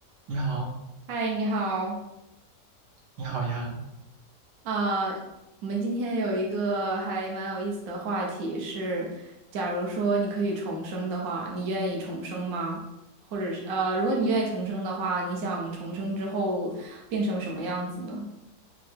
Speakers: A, on the right; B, on the right.
A: 你好，
B: 嗨，你好，
A: 你好呀，
B: 啊、我们今天有一个还蛮有意思的话题是，假如说你可以重生的话，你愿意重生吗？或者是呃，如果你愿意重生的话，你想重生之后变成什么样子呢？